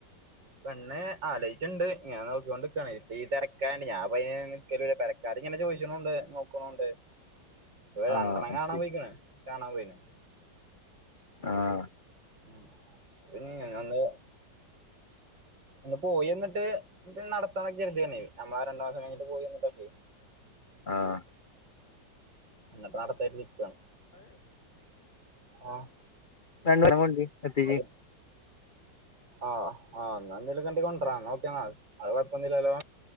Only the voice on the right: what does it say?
പെണ്ണ് ആലോയിച്ച്ണ്ട് ഞാൻ നോക്കിക്കോണ്ട് നിക്കാണ് ഇപ്പ ഈ തിരക്കായൊണ്ട് ഞാൻ പ്പൊയിനങ്ങ് ക്കലുല്ല പെരക്കാര് ങ്ങനെ ചോദിച്ചുണുണ്ട് നോക്കുണുണ്ട് ഇപ്പ
രണ്ടെണ്ണം
കാണാൻ
പോയ്ക്കണ് കാണാൻ പോയ്ണ്
ഉം പിന്നിങ്ങനെ ഒന്ന് ഒന്ന് പോയി എന്നിട്ട് ന്റേം നടത്താനൊക്കെ കരുതിയതാണ് നമ്മളാ രണ്ട് മാസം കഴിഞ്ഞിട്ട് പോയിവന്ന്ട്ട് ക്കെ
ന്നിട്ട് നടത്താകെരുതിക്കാണ് ആഹ്
അത് ആഹ് ആഹ് എന്തേലുംകാണ്ടി കൊണ്ടരാ നോക്കാ അത് കുഴപ്പന്നുല്ലല്ലോ